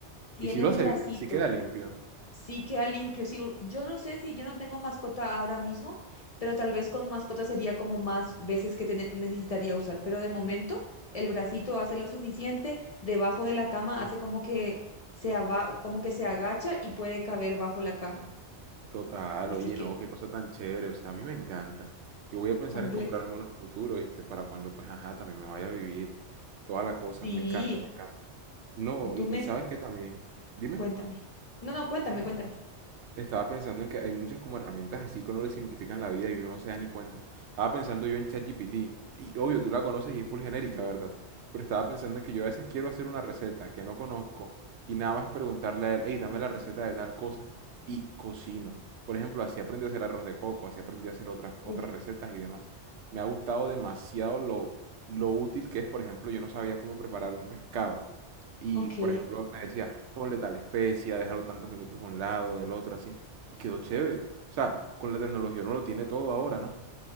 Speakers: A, on the left; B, on the right.
A: tiene
B: Y si lo
A: un
B: hace
A: bracito.
B: bien, sí queda limpio.
A: Sí, queda limpio. Sí, u- yo no sé si yo no tengo mascota ahora mismo, pero tal vez con mascota sería como más veces que tene- necesitaría usar. Pero de momento, el bracito hace lo suficiente, debajo de la cama hace como que se ava- como que se agacha y puede caber bajo la cama.
B: Total,
A: Así
B: oye,
A: que
B: no, qué cosa tan chévere, o sea, a mí me encanta. Yo voy a pensar
A: completo.
B: en comprarme unos futuros, ¿viste? Para cuando, pues, ajá, también me vaya a vivir toda la cosa.
A: Sí,
B: Me encanta, me encanta. No,
A: tú
B: y,
A: me
B: y ¿sabes qué también? Dime.
A: cuéntame. No, no, cuéntame,
B: No,
A: cuéntame.
B: dime. Estaba pensando en que hay muchas como herramientas así que uno le simplifican la vida y uno no se da ni cuenta. Estaba pensando yo en ChatGPT. Y obvio, tú la conoces y es full genérica, ¿verdad? Pero estaba pensando en que yo a veces quiero hacer una receta que no conozco y nada más preguntarle a él, hey, dame la receta de tal cosa y cocino. Por ejemplo, así aprendí a hacer arroz de coco, así aprendí a hacer otras,
A: Uf.
B: otras recetas y demás. Me ha gustado demasiado lo, lo útil que es, por ejemplo, yo no sabía cómo preparar un pescado y,
A: Ok.
B: por ejemplo, me decía, ponle tal especia, déjalo tantos minutos de un lado, del otro, así. Y quedó chévere. O sea, con la tecnología uno lo tiene todo ahora, ¿no?